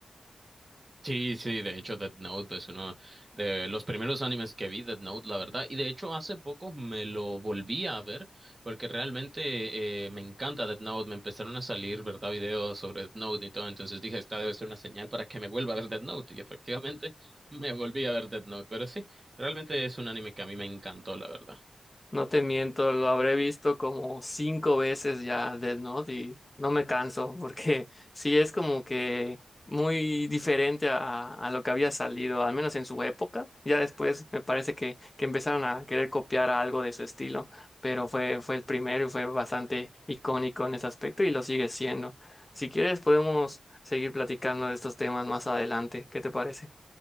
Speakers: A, on the right; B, on the left.
A: Sí, sí, de hecho Death Note es uno de los primeros animes que vi, Death Note, la verdad, y de hecho hace poco me lo volví a ver porque realmente eh, me encanta Death Note, me empezaron a salir, ¿verdad?, videos sobre Death Note y todo, entonces dije, esta debe ser una señal para que me vuelva a ver Death Note, y efectivamente <laughs> me volví a ver Death Note, pero sí, realmente es un anime que a mí me encantó, la verdad.
B: No te miento, lo habré visto como cinco veces ya Death Note y no me canso porque <laughs> sí es como que muy diferente a, a lo que había salido, al menos en su época. Ya después me parece que, que empezaron a querer copiar algo de su estilo, pero fue, fue el primero y fue bastante icónico en ese aspecto y lo sigue siendo. Si quieres podemos seguir platicando de estos temas más adelante, ¿qué te parece?